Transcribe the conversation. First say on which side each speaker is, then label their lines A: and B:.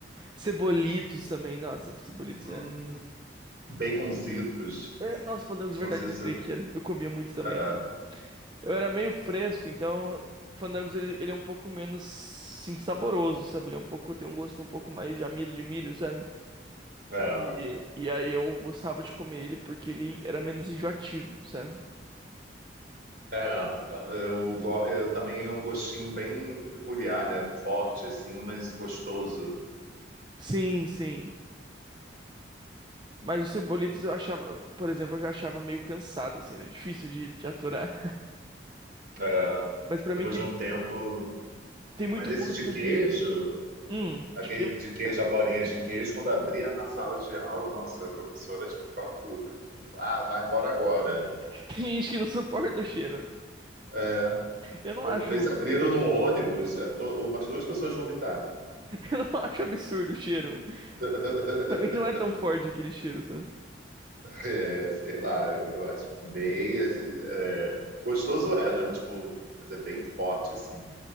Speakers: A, on the right; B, on the right.
A: Cebolitos também, nossa, cebolitos
B: Hum,
A: é.
B: baconzitos.
A: é, Nossa, fandangos
B: Baconzitos,
A: de verdade, lembrei que era. Eu comia muito também.
B: é,
A: Eu era meio fresco, então o Fandangos ele, ele é um pouco menos sim saboroso, sabe? Ele é um pouco tem um gosto um pouco mais de amido de milho, sabe?
B: é.
A: E, e aí eu gostava de comer ele porque ele era menos enjoativo, sabe?
B: É, tá. eu, go- eu também é um gostinho bem peculiar, né? Forte, assim, mas gostoso.
A: Sim, sim. Mas os cebolitos eu achava, por exemplo, eu já achava meio cansado, assim, era difícil de, de aturar.
B: É,
A: <laughs> Mas pra
B: depois
A: mim tem,
B: de um tempo.
A: tem muito
B: Mas esse
A: gosto
B: de queijo,
A: de. Hum,
B: aquele
A: de que
B: de queijo, a bolinha de queijo, quando abria na sala de aula, nossa, a professora, tipo, ficava puta. Tipo, ah, vai embora agora.
A: <laughs> tem gente que não suporta o cheiro.
B: É,
A: Eu não
B: pô,
A: acho,
B: uma vez
A: <laughs> eu
B: abriram no ônibus, é, to- umas duas pessoas vomitaram.
A: não acho absurdo o cheiro.
B: <laughs>
A: Pra mim não é tão forte aquele cheiro, sabe?
B: É, sei lá, eu acho bem. assim, é, gostoso é, né? Tipo, mas é bem forte, assim.